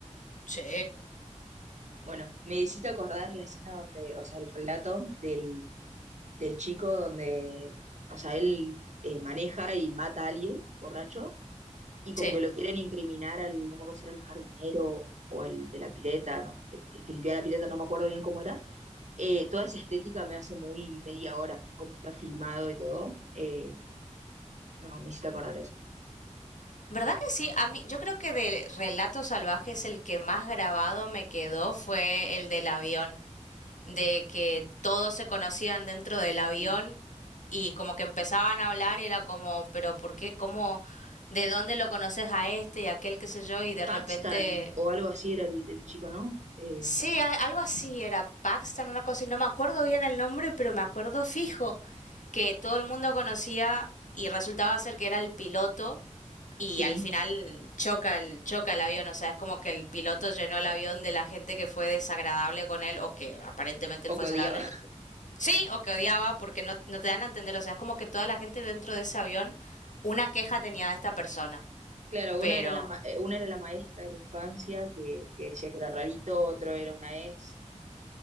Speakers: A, on the left; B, on the right.
A: Sí.
B: Bueno, me hiciste acordar la escena donde, o sea, el relato del, del chico donde, o sea, él eh, maneja y mata a alguien borracho y como
A: Sí.
B: que lo quieren incriminar al, no me acuerdo si era el jardinero o al de la pileta, no, el que limpiaba la pileta, no me acuerdo bien cómo era. Eh, toda esa estética me hace muy media hora, cómo está filmado y todo. Eh, no, me hiciste acordar eso.
A: ¿Verdad que sí? A mí, yo creo que de relatos salvajes el que más grabado me quedó fue el del avión, de que todos se conocían dentro del avión
B: Sí.
A: y como que empezaban a hablar y era como, pero ¿por qué? ¿Cómo? ¿De dónde lo conoces a este y aquel qué sé yo? Y de repente
B: Paxton o algo así era el, el chico, ¿no? Eh,
A: Sí, a- algo así era Paxton, una cosa, y no me acuerdo bien el nombre, pero me acuerdo fijo que todo el mundo conocía y resultaba ser que era el piloto y
B: sí,
A: al final choca el, choca el avión, o sea, es como que el piloto llenó el avión de la gente que fue desagradable con él o que aparentemente
B: o
A: él fue
B: que
A: desagradable.
B: odiaba.
A: no
B: <laughs>
A: te- Sí, o que odiaba porque no, no te dan a entender, o sea, es como que toda la gente dentro de ese avión una queja tenía de esta persona,
B: Claro,
A: pero
B: una era la, ma- eh, una era la maestra de la infancia que, que decía que era rarito, otro era una ex,